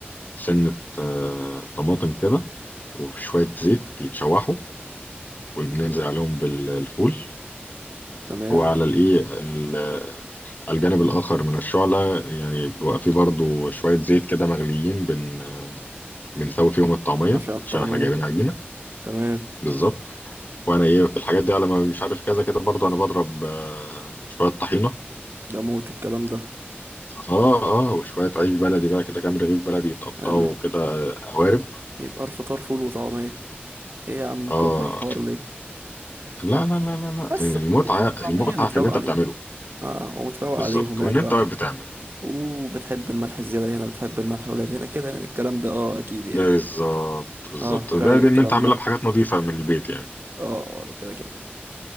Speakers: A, on the left; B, on the right.
A: سنة آه، طماطم كده وشوية زيت يتشوحوا وننزل عليهم بالفول
B: تمام
A: وعلى الايه ال- على الجانب الاخر من الشعله يعني بيبقى فيه برضو شويه زيت كده مغليين بن بنسوي فيهم الطعميه
B: عشاء الطعمية
A: عشان احنا جايبين عجينه
B: تمام
A: بالظبط وانا ايه في الحاجات دي على ما مش عارف كذا كده برضو انا بضرب آه، شويه طحينه
B: ده موت الكلام ده
A: اه اه وشويه عيش بلدي بقى كده كام رغيف بلدي يتقطعوا
B: حلو
A: كده قوارب
B: يبقى الفطار فول وطعمية ايه يا عم
A: اه
B: مكبر الحوار ليه
A: لا لا لا لا لا
B: بس
A: المتعه
B: فول وطعمية
A: المتعه
B: متروق
A: في اللي انت
B: عليهم
A: بتعمله
B: اه ومتروق
A: بالظبط
B: عليهم
A: وان
B: يعني
A: انت
B: بقى
A: واقف بتعمل
B: وبتحب الملح الزيادة هنا بتحب الملح قليل هنا كده يعني الكلام ده اه اكيد يعني
A: بالظبط بالظبط
B: اه رايق
A: زائد
B: الكلام
A: ان انت عاملها
B: ده
A: بحاجات نظيفه من البيت يعني
B: اه آه، ده كده كده